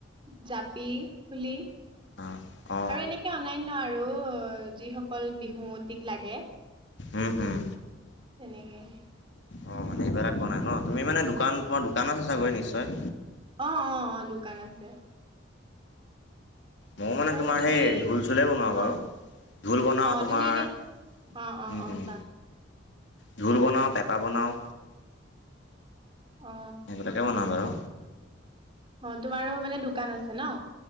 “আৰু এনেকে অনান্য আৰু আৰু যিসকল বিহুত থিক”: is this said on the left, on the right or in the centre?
Right